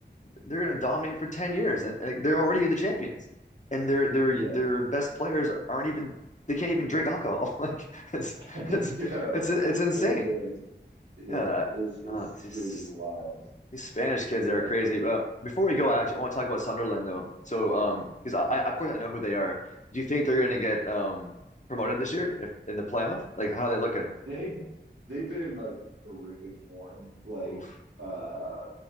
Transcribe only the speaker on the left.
they're gonna dominate for 10 years, and, and they're already the champions. And their their
their best players aren't even they can't even drink alcohol. <laughs> Like it's
it's
it's it's insane.
Yeah,
uh, this
is
these Spanish kids
they are crazy. Uh, before we go, I actually want to talk about Sunderland though. So, um, because I, I, of course, I know who they are. Do you think they're going to get um promoted this year if in the playoff? Like, how are they looking?
Oof.